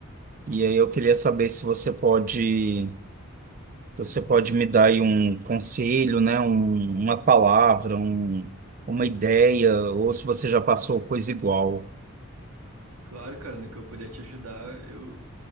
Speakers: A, on the right; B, on the right.
A: E aí eu queria saber se você pode, você pode me dar aí um conselho, né? Um, uma palavra, um, uma ideia, ou se você já passou coisa igual.
B: Claro, cara, no que eu puder te ajudar, eu